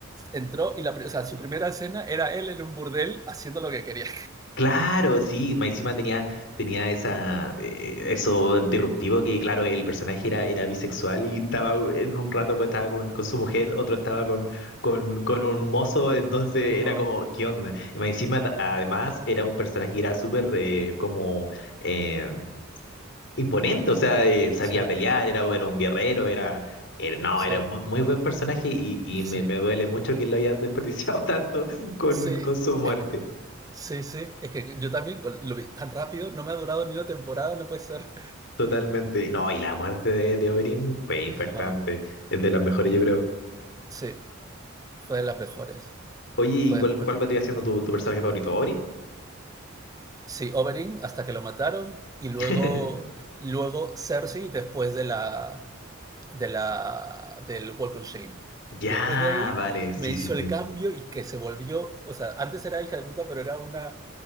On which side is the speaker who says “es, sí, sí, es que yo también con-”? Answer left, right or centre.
Right